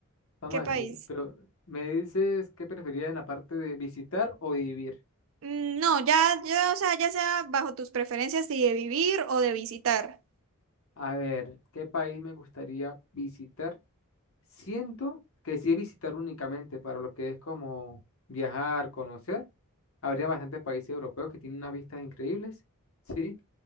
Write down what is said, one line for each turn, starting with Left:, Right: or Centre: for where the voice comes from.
Left: Vamos
Right: ¿Qué país?
Left: a decir, pero me dices qué preferirías en la parte de visitar o vivir.
Right: Mm, No, ya, ya, o sea, ya sea bajo tus preferencias si de vivir o de visitar.
Left: A ver, ¿qué país me gustaría visitar? Siento que si es visitar únicamente para lo que es como viajar, conocer. Habría bastantes países europeos que tienen unas vistas increíbles, ¿sí?